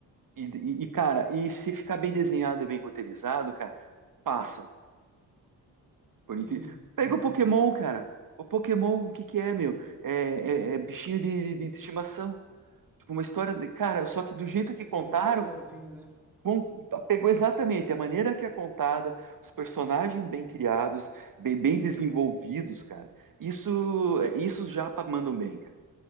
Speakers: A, on the right; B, in the centre.
A: E, e- e, cara, e se ficar bem desenhado e bem roteirizado, cara, passa. Por
B: Sim,
A: incrível. Pega
B: aham.
A: o Pokémon, cara. O Pokémon, o que que é, meu? É, é- é bichinho de, de- de estimação. Tipo, uma história. de- Cara, só que do jeito que
B: E
A: contaram,
B: é muito legalzinho, né?
A: com- pegou exatamente a maneira que é contada, os personagens bem criados, bem, bem desenvolvidos, cara. Isso, é, isso os japa mandam bem, cara.